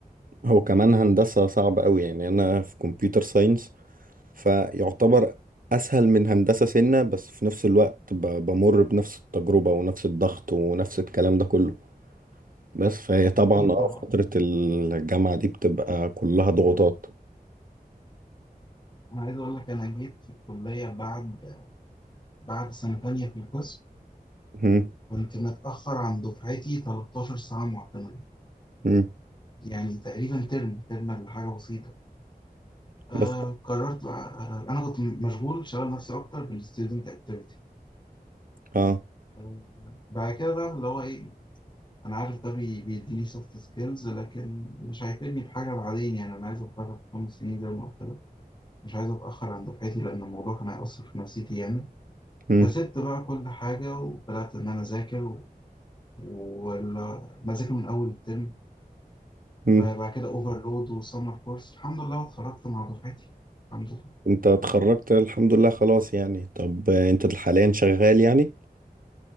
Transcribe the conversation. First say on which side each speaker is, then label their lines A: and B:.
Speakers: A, on the right; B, on the left.
A: هو كمان هندسة صعبة قوي يعني انا في كمبيوتر ساينس فيعتبر اسهل من هندسة سنة بس في نفس الوقت ب- بمر بنفس التجربة ونفس الضغط ونفس الكلام ده كله بس فهي طبعا
B: اكيد
A: اه
B: طبعا
A: فترة الجامعة دي بتبقى كلها ضغوطات
B: أنا عايز أقول لك أنا جيت في الكلية بعد بعد سنة تانية في القسم
A: مم.
B: كنت متأخر عن دفعتي 13 ساعة معتمدة
A: مم.
B: يعني تقريبا ترم ترم ولا حاجة بسيطة آه
A: بس
B: قررت بقى آه أنا كنت مشغول شغال نفسي أكتر بالستودنت أكتيفيتي
A: اه
B: آه بعد كده بقى اللي هو إيه أنا عارف ده بي- بيديني سوفت سكيلز لكن مش هيفيدني بحاجة بعدين يعني أنا عايز أتخرج في خمس سنين زي ما قلت لك مش عايز أتأخر عن دفعتي لأن الموضوع كان هيأثر في نفسيتي يعني
A: مم.
B: فسبت بقى كل حاجة وبدأت إن أنا أذاكر ومذاكر من أول الترم
A: مم.
B: آه، بعد كده أوفرلود وسمر كورس الحمد لله اتخرجت مع دفعتي الحمد لله
A: انت اتخرجت الحمد لله خلاص يعني طب آه، انت حاليا شغال يعني؟